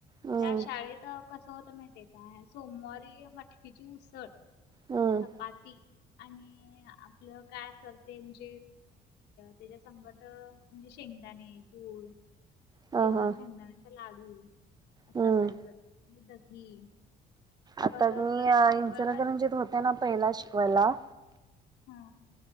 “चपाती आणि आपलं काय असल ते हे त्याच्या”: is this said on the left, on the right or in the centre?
Left